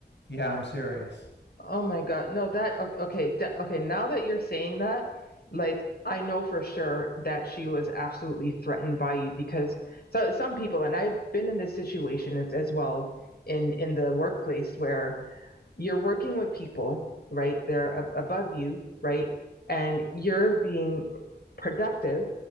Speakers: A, on the left; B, on the left.
A: Yeah, I'm serious.
B: Oh my God. No, that okay, okay, that, okay, now that you're saying that, like I know for sure that she was absolutely threatened by you because so some people, and I've been in this situation as, as well in in the workplace where you're working with people, right? They're ab- above you, right? And you're being productive,